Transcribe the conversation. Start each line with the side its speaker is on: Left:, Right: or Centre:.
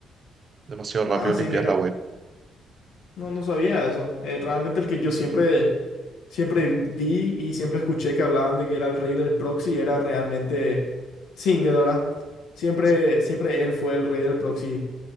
Right: Demasiado rápido
Left: Ah, sí,
Right: limpias
Left: mira.
Right: la web.
Left: No, no sabía eso. Eh, realmente el que yo siempre, siempre vi y siempre escuché que hablaban de que era el rey del proxy era realmente Singed, ¿verdad? Siempre,
Right: Sí,
Left: siempre él fue el rey del proxy,